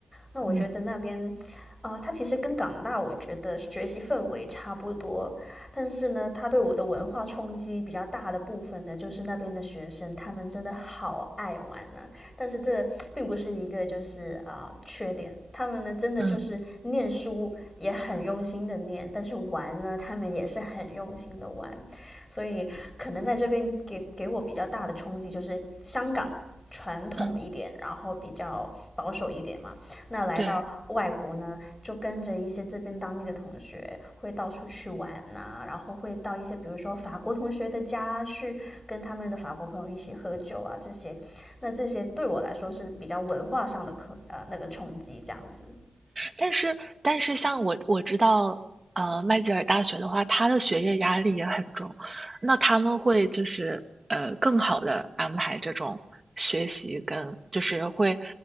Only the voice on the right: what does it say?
嗯
嗯
嗯，
对，
但是但是像我我知道，呃，麦吉尔大学的话，他的学业压力也很重，那他们会就是呃更好的安排这种学习跟就是会，